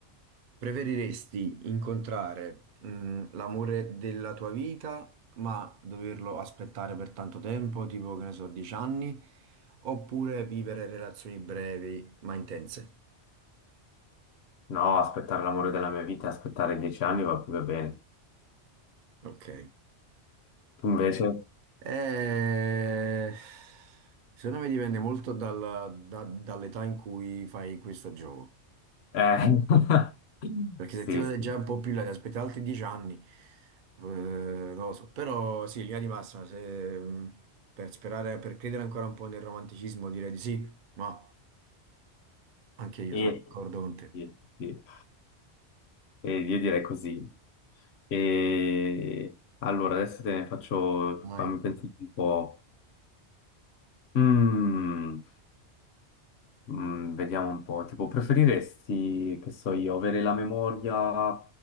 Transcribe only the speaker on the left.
No, aspettare l'amore della mia vita, aspettare dieci anni va più che bene.
Tu invece?
Eh, <laughs>
sì,
sì.
E-
sì, sì. E io direi così. E allora adesso te ne faccio,
fammi pensare un po'. Mm, mm, vediamo un po'. Tipo, preferiresti, che so io, avere la memoria,